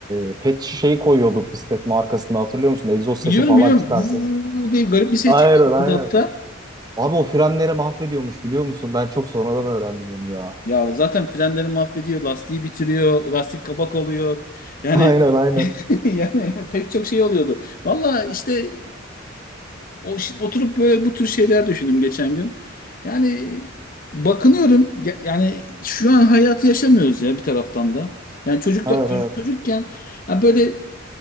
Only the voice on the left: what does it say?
Biliyorum
biliyorum
bu diye garip bir ses
çıkardı
hatta.
Ya zaten frenleri mahvediyor, lastiği bitiriyor, lastik kabak oluyor. Yani
<laughs> yani pek çok şey oluyordu. Valla işte O şi- oturup böyle bu tür şeyler düşündüm geçen gün. Yani bakınıyorum ya- yani şu an hayatı yaşamıyoruz ya bir taraftan da. Yani çocukta
ço-
çocukken ya böyle